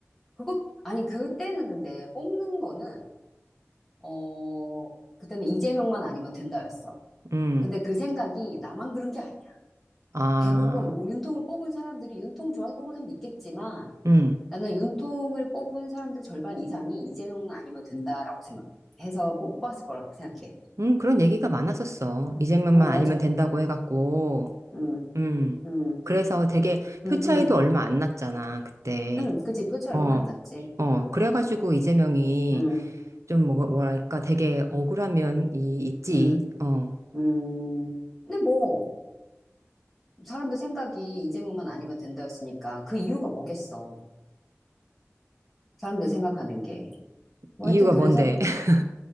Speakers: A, in the centre; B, on the right.
A: 그것, 아니, 그때는 근데 뽑는 거는, 어, 그때는 이재명만 아니면 된다였어.
B: 음,
A: 근데 그 생각이 나만 그런 게 아니야.
B: 아,
A: 대부분 우- 윤통을 뽑은 사람들이 윤통 좋아서 뽑은 사람도 있겠지만,
B: 음,
A: 나는 윤통을 뽑은 사람들의 절반 이상이 이재명은 아니면 된다라고 생각해서 뽑았을 거라고 생각해.
B: 음, 그런 얘기가 많았었어. 이재명만
A: 어, 맞아.
B: 아니면 된다고 해갖고.
A: 음,
B: 음,
A: 음,
B: 그래서 되게
A: 음,
B: 표 차이도
A: 음,
B: 얼마 안 났잖아, 그때.
A: 음, 그치. 표치 얼마
B: 어,
A: 안 났지.
B: 어,
A: 음,
B: 그래가지고 이재명이
A: 음,
B: 좀 뭐, 뭐랄까 되게 억울한 면이 있지.
A: 음,
B: 어,
A: 음. 근데 뭐, 사람들 생각이 이재명만 아니면 된다였으니까 그 이유가 뭐겠어. 사람들 생각하는 게. 뭐
B: 이유가
A: 하여튼 그래서,
B: 뭔데? <laughs>